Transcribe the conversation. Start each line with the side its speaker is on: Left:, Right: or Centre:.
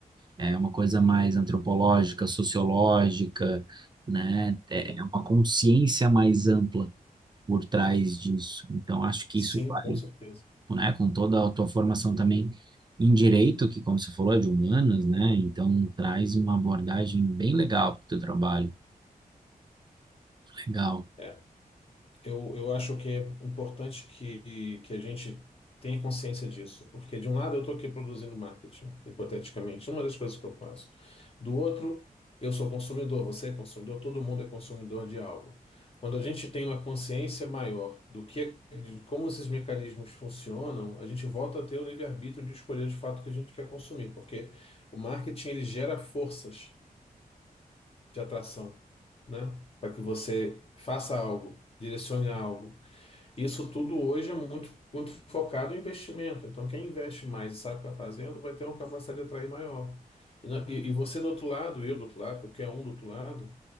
Right: é uma coisa mais antropológica, sociológica, né? É
Left: sim,
Right: é uma consciência mais ampla por trás disso. Então, acho que
Left: sim,
Right: isso vai,
Left: com certeza.
Right: né, com toda a tua formação também em direito, que, como você falou, é de humanas, né? Então, traz uma abordagem bem legal para o teu trabalho. Legal.
Left: É. Eu, eu acho que é importante que, que a gente tenha consciência disso, porque de um lado eu estou aqui produzindo marketing, hipoteticamente, uma das coisas que eu faço. Do outro, eu sou consumidor, você é consumidor, todo mundo é consumidor de algo. Quando a gente tem uma consciência maior do que, de como esses mecanismos funcionam, a gente volta a ter o livre-arbítrio de escolher de fato o que a gente quer consumir, porque o marketing ele gera forças de atração, né? Para que você faça algo, direcione algo. Isso tudo hoje é muito, muito focado em investimento. Então, quem investe mais e sabe o que está fazendo vai ter uma capacidade de atrair maior. E, na- e- e você do outro lado, eu do outro lado, qualquer um do outro lado,